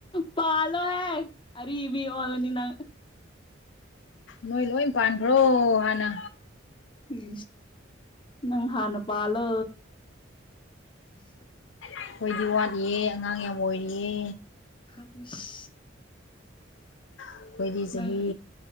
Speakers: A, on the left (about 25°); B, on the left (about 70°).
A: ꯄꯥ ꯂꯣ ꯑꯦ ꯑꯔꯤꯕꯤ ꯑꯣꯂꯅꯤꯅ
B: ꯅꯣꯏ ꯂꯣꯏ ꯄꯥꯟꯈ꯭ꯔꯣ ꯍꯥꯟꯅ
A: ꯏ ꯅꯪ ꯍꯅ ꯄꯂ <inaudible>
B: ꯑꯩꯈꯣꯏꯗꯤ ꯋꯥꯠꯂꯤꯑ ꯑꯉꯥꯡ ꯌꯥꯝ ꯑꯣꯏꯔꯤꯌꯦ
A: ꯊꯥ ꯄꯤꯁ
B: ꯑꯩꯈꯣꯏꯗꯤ ꯆꯍꯤ
A: ꯅꯪ